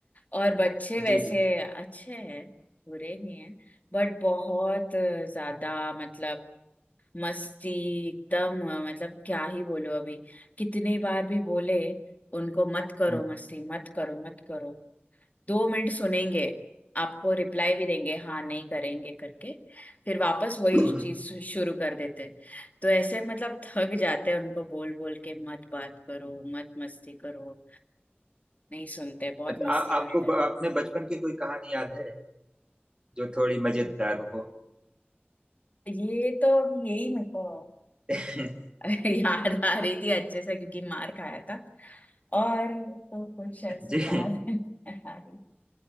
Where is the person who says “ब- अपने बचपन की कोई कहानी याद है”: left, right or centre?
Right